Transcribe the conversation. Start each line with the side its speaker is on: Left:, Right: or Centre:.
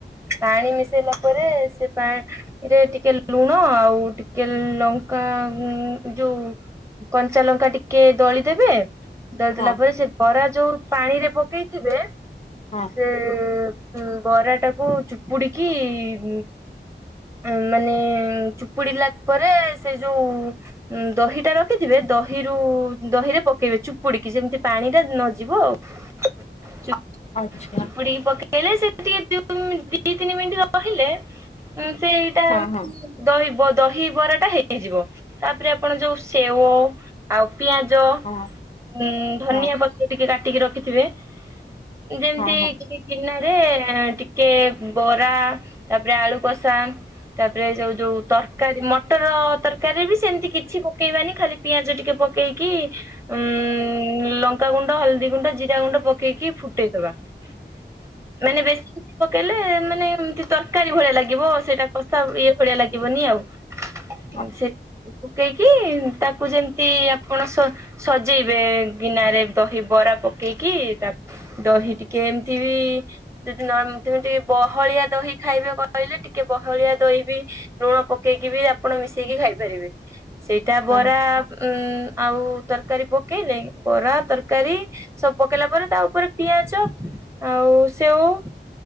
Right: <inaudible> <inaudible> <inaudible> <inaudible>
Left: ହଁ <inaudible>
Right: <inaudible> <inaudible> <inaudible> <inaudible>
Left: ଆଚ୍ଛା
Right: <inaudible>
Left: <inaudible>
Right: <inaudible> <inaudible>
Left: ହଁ ହଁ
Right: <inaudible>
Left: ହଁ ହଁ
Right: <inaudible> <inaudible> <inaudible> <inaudible>
Left: <inaudible>
Right: <inaudible> <inaudible>
Left: <inaudible>
Right: <inaudible> <inaudible> <inaudible> <inaudible> <inaudible> <inaudible>
Left: ହଁ
Right: <inaudible>